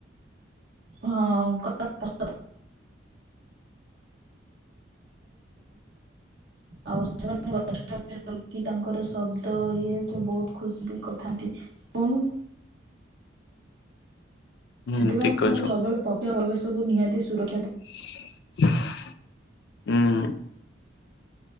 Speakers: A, on the right (about 65°); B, on the left (about 65°).
A: ହଁ <unintelligible> <unintelligible> ଆଉ ସେମାନେ ଗଛ ରହିକି ତାଙ୍କର ଶବ୍ଦ ଇଏ ସବୁ ବହୁତ ଖୁସି ବି କରିଥାନ୍ତି କହୁନୁ।
B: ହୁଁ
A: ସେଥିପାଇଁ
B: ଠିକ କହିଛୁ
A: ଆମକୁ ସବୁବେଳେ ପକ୍ଷୀ ପରିବେଶକୁ ନିହାତି ସୁରକ୍
B: ହୁଁ।